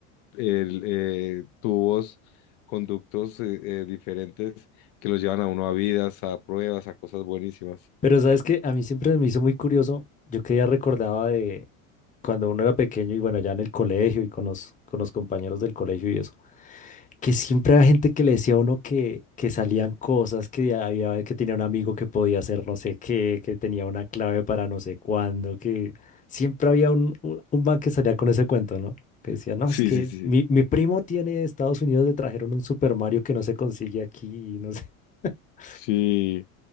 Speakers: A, on the left; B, on the left.
A: el, eh, tubos, conductos eh, eh, diferentes que los llevan a uno a vidas, a pruebas, a cosas buenísimas.
B: Pero sabes que a mí siempre me hizo muy curioso, yo que ya recordaba de cuando uno era pequeño y bueno, ya en el colegio y con los, con los compañeros del colegio y eso, que siempre había gente que le decía a uno que, que salían cosas, que había que tenía un amigo que podía hacer no sé qué, que tenía una clave para no sé cuándo, que siempre había un, un, un man que salía con ese cuento, ¿no? Que decía, no,
A: Sí,
B: es que
A: sí, sí.
B: mi, mi primo tiene de Estados Unidos, le trajeron un Super Mario que no se consigue aquí, y no sé. <laughs>
A: Sí.